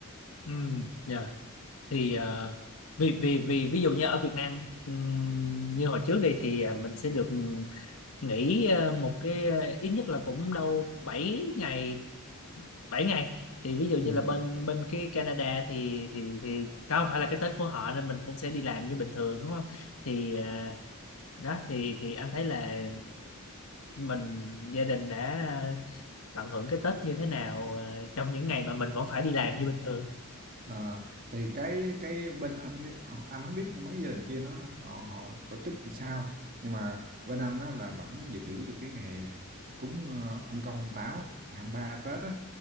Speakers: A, on the left (about 70°); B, on the right (about 40°).
A: ừ dạ thì ờ, vì vì vì ví dụ như ở Việt Nam ừm, như hồi trước đi thì à, mình sẽ được nghỉ ờ, một cái ờ, ít nhất là cũng đâu bảy ngày bảy ngày thì ví dụ như
B: ừ.
A: là bên bên cái Canada thì thì thì đó không phải là cái Tết của họ nên mình cũng sẽ đi làm như bình thường đúng không thì ờ, đó thì thì anh thấy là mình gia đình đã ờ, tận hưởng cái Tết như thế nào ờ, trong những ngày mà mình vẫn phải đi làm như bình thường
B: Ờ, thì cái cái bên anh cái, anh không biết mấy gia đình kia nó họ họ tổ chức làm sao nhưng mà bên anh á, là vẫn giữ được cái ngày cúng ờ, ông công ông táo 23 Tết á